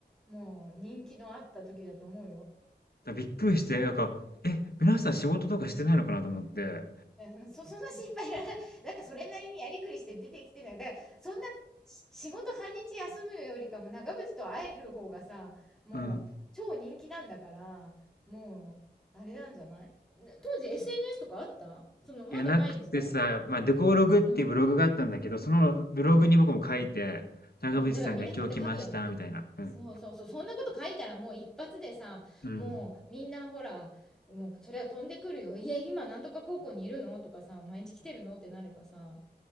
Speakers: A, in the centre; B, on the left.
A: もう人気のあった時だと思うよ。
B: らびっくりして、なんか、え、皆さん仕事とかしてないのかなと思って。
A: いや、そ <laughs> そその心配いらない。なんかそれなりにやりくりして出てきてない。だから、そんな、し仕事半日休むよりかも長渕と会える方がさ、もう超人気なんだから、
B: うん。
A: もう、あれなんじゃないね当時 SNS とかあったその、まだない時代
B: いや、なくてさ、まあ、デコログっていうブログがあったんだけど、
A: うん。
B: そのブログに僕も書いて、
A: あ、だ
B: 長渕さんが今日来ました、
A: うん、だからみんなこうやって書くやん。
B: みたいな。うん。
A: そうそうそう。そんなこと書いたらもう一発でさ、
B: うん。
A: もうみんなほら、もうそれは飛んでくるよ。いや、今なんとか高校にいるのとかさ、毎日来てるのってなればさ、